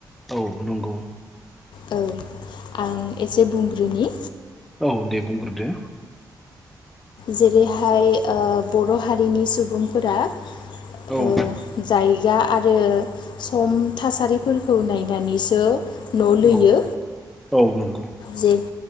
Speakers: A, in the centre; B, on the left (about 80°).
A: औ नंगौ।
B: औ आं एसे बुंग्रोनि।
A: औ दे बुंग्रोदो।
B: जेरैहाय ओ बर' हारिनि सुबुंफोरा
A: औ
B: ओ जायगा आरो सम थासारिफोरखौ नायनानैसो न' लुयो।
A: औ औ नंगौ।
B: जे